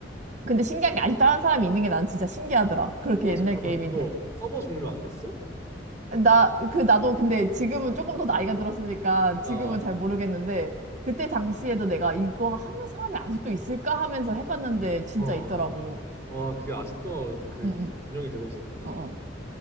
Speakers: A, on the right (about 40°); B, on the left (about 15°).
A: 근데 신기한 게 아직도 하는 사람이 있는 게 난 진짜 신기하더라 그렇게
B: 어,
A: 옛날
B: 잠깐만.
A: 게임인데
B: 그거 서버 종료 안 됐어?
A: 나 그 나도 근데 지금은 조금 더 나이가 들었으니까 지금은
B: 어.
A: 잘 모르겠는데 그때 당시에도 내가 이거 하는 사람이 아직도 있을까 하면서 해봤는데 진짜
B: 와.
A: 있더라고
B: 와, 그게 아직도 그
A: 응응
B: 운영이 되고 있었구나.
A: 어어